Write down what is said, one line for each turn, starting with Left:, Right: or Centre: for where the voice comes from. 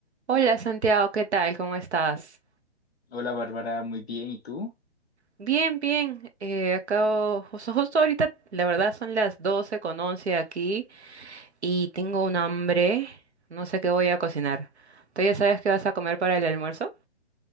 Right: Hola Santiago, ¿qué tal? ¿Cómo estás?
Centre: Hola Bárbara, muy bien. ¿Y tú?
Right: Bien, bien. eh, acabo, justo, justo ahorita, la verdad son las 12 con 11 aquí y tengo un hambre. No sé qué voy a cocinar. ¿Tú ya sabes qué vas a comer para el almuerzo?